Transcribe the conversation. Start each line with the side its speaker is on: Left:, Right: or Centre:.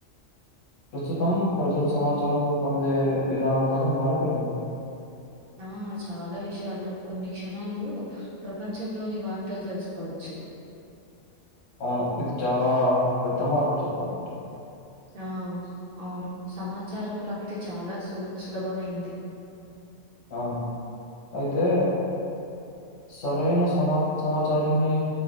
Left: ప్రస్తుతం ప్రజలు సమాచారం పొందే విధానం కూడా మారిపోయింది
Right: ఆ చాలా విషయాలు కొన్ని క్షణాళ్ళు ప్రపంచంలోని వార్తలు తెలుసుకోవచ్చు
Left: అవును ఇది చాలా పెద్ద మార్పు చెప్పాలంటే
Right: ఆ అవును సమాచార ప్రాప్తి చాలా సు సులభమైంది
Left: అవును అయితే సరైన సమా సమాచారాన్ని